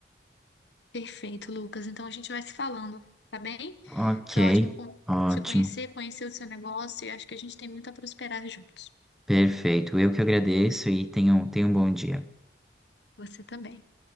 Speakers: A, on the left; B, in the centre.
A: Perfeito, Lucas. Então a gente vai se falando, tá bem?
B: Ok,
A: Foi ótimo con-
B: ótimo,
A: te conhecer, conhecer o seu negócio, e acho que a gente tem muito a prosperar juntos.
B: perfeito. Eu que agradeço e tenham, tenham um bom dia.
A: Você também.